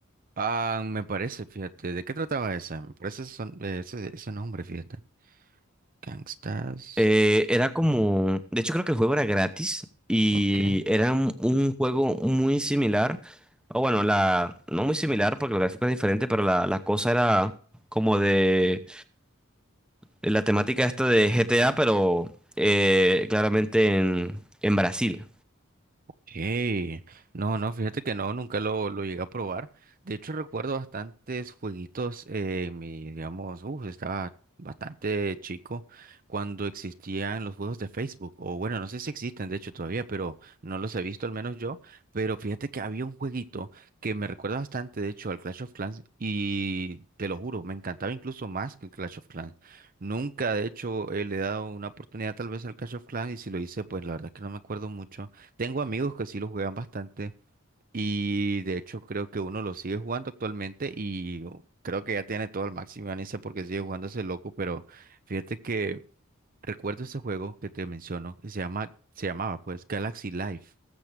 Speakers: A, on the right (about 40°); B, in the centre.
A: Ah, me parece, fíjate. ¿De qué trataba esa? Me parece son- eh, ese, ese nombre, fíjate. Gangstas.
B: Eh, era como, de hecho creo que el juego era gratis y
A: Ok.
B: era un, un juego muy similar, o bueno, la, no muy similar porque el gráfico es diferente, pero la, la cosa era como de, de la temática esta de GTA, pero eh, claramente en, en Brasil.
A: Hey, no, no, fíjate que no, nunca lo, lo llegué a probar. De hecho, recuerdo bastantes jueguitos eh, en mi, digamos, uh, estaba bastante chico cuando existían los juegos de Facebook. O bueno, no sé si existen, de hecho, todavía, pero no los he visto, al menos yo. Pero fíjate que había un jueguito que me recuerda bastante, de hecho, al Clash of Clans. Y te lo juro, me encantaba incluso más que el Clash of Clans. Nunca, de hecho, eh, le he dado una oportunidad tal vez al Clash of Clans. Y si lo hice, pues la verdad es que no me acuerdo mucho tengo amigos que sí lo juegan bastante y de hecho creo que uno lo sigue jugando actualmente y creo que ya tiene todo al máximo ganancia porque sigue jugando ese loco, pero fíjate que recuerdo ese juego que te menciono que se llama, se llamaba pues Galaxy Life.